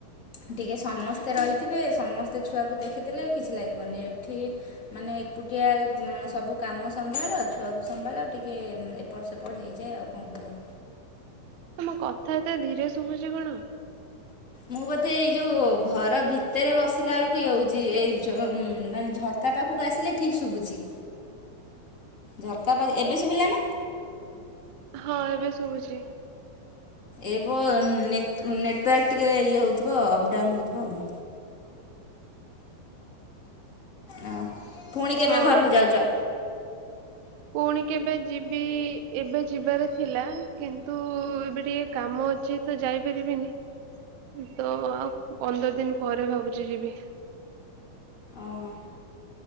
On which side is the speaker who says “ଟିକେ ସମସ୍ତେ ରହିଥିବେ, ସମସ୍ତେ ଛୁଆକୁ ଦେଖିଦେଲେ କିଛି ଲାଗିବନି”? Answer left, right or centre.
Left